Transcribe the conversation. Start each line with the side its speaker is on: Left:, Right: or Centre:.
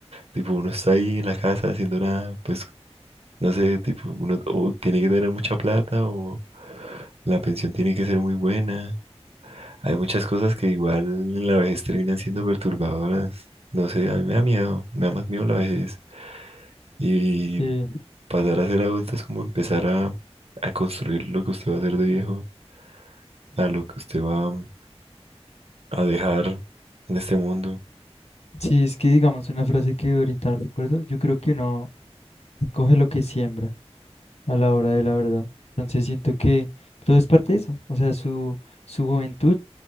Right: Tipo, uno está ahí en la casa haciendo nada, pues, no sé, tipo, uno o tiene que tener mucha plata o la pensión tiene que ser muy buena. Hay muchas cosas que igual en la vejez terminan siendo perturbadoras. No sé, a mí me da miedo, me da más miedo la vejez. Y
Left: sí.
Right: pasar a ser adulto es como empezar a, a construir lo que usted va a hacer de viejo, a lo que usted va mm, a dejar en este mundo.
Left: Sí, es que digamos una frase que ahorita recuerdo, yo creo que uno coge lo que siembra a la hora de la verdad. Entonces siento que todo es parte de eso, o sea, su, su juventud,